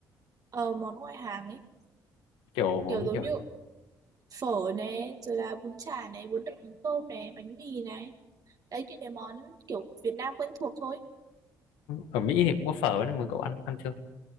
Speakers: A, on the right; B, on the left.
A: Ờ, món ngoại hàng ấy
B: kiểu
A: kiểu
B: như
A: giống
B: kiểu
A: như phở này rồi là bún chả này bún đậu mắm tôm này bánh mì này đấy những cái món kiểu Việt Nam quen thuộc thôi
B: ở Mỹ thì cũng có phở nhưng mà cậu ăn ăn chưa